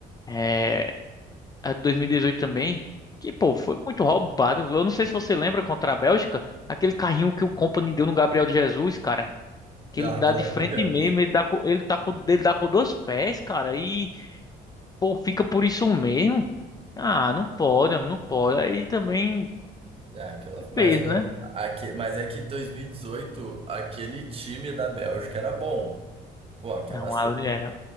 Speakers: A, on the left; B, on the right.
A: é, a de 2018 também, que, pô, foi muito roubado. Eu não sei se você lembra contra a Bélgica, aquele carrinho que o Company deu no Gabriel Jesus, cara. Que
B: Ah,
A: ele dá
B: aquilo
A: de
B: lá
A: frente
B: foi pênalti.
A: mesmo, ele dá com, ele tá com, ele dá com dois pés, cara, e, pô, fica por isso mesmo. Ah, não pode, não pode. Aí também
B: É, aquilo lá. Mas,
A: fez,
B: ó,
A: né?
B: aque- mas é que 2018, aquele time da Bélgica era bom. Pô, aquela,
A: Não, ali era.